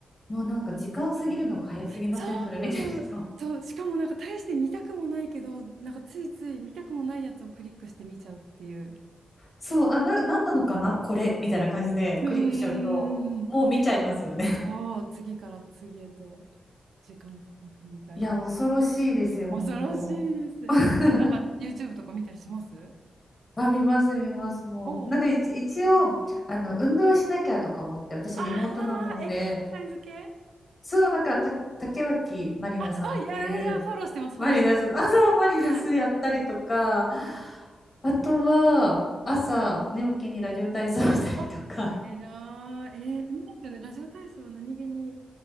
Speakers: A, on the left; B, on the right.
A: もうなんか時間過ぎるのが早すぎませんそれ見てると。
B: うんそうなの。そう、しかもなんか大して見たくもないけど、なんかついつい見たくもないやつをクリックして見ちゃうっていう。
A: そう、あ、な、なんなのかなこれみたいな感じでクリックしちゃうと、
B: うんうんうんうんうん
A: もう見ちゃいますよね。
B: ああ、次から次へと時間みたいな。
A: いや、恐ろしいですよ、
B: 恐ろしいです。
A: 本当 <laughs>
B: みゆきさん、なんか YouTube とか見たりします
A: あ、見ます、見ます、もう。
B: おお。
A: なんか一、一応、あの、運動しなきゃとか思って、私リモートなので、
B: ああ、エクササイズ系
A: そう、なんか、た、竹脇まりなさんっていう、
B: あ、いやいや、フォローしてます、
A: マリナス、
B: フォローしてま
A: あ、そう、マリナスやったりとか、
B: す。はい。はい。
A: あとは、朝、寝起きにラジオ体操したりとか。
B: お、えらい。えー、いいですよね。ラジオ体操、何気に